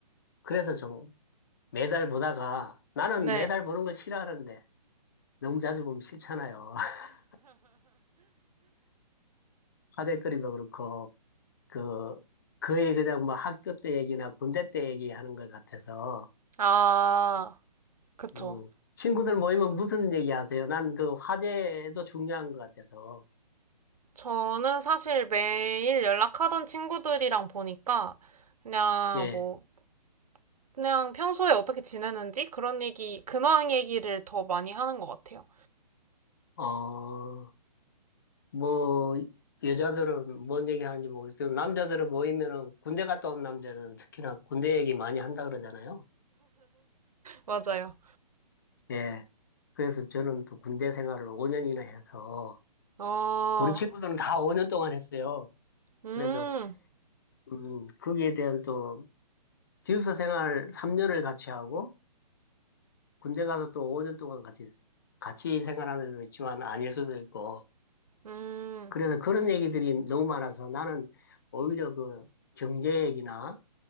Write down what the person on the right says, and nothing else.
네.
아, 그쵸.
저는 사실 매일 연락하던 친구들이랑 보니까 그냥
뭐 그냥 평소에 어떻게 지내는지 그런 얘기, 근황 얘기를 더 많이 하는 것 같아요.
맞아요.
어,
음,
음,